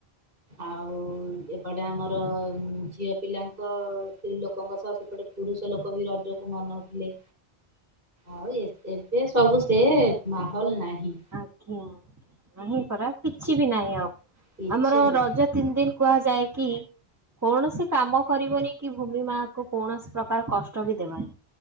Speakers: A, on the right; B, on the right.
A: ଆଉ ସେ ଆମର ଝିଅ ପିଲାଙ୍କ ସ୍ତ୍ରୀ ଲୋକଙ୍କ ସହ ସେପଟେ ପୁରୁଷ ଲୋକ ବି ରଜକୁ ମନଉଥିଲେ। ଆଉ ଏ ଏବେ ସବୁ ସେ ମାହୋଲ ନାହିଁ।
B: ଆଜ୍ଞା ନାହିଁ ପରା କିଛି ବି ନାହିଁ ଆଉ
A: କିଛି
B: ଆମର
A: ନାହିଁ।
B: ରଜ ତିନି ଦିନ କୁହାଯାଏ କି କୌଣସି କାମ କରିବନି କି ଭୂମି ମା ଙ୍କୁ କୌଣସି ପ୍ରକାର କଷ୍ଟ ବି ଦେବନି।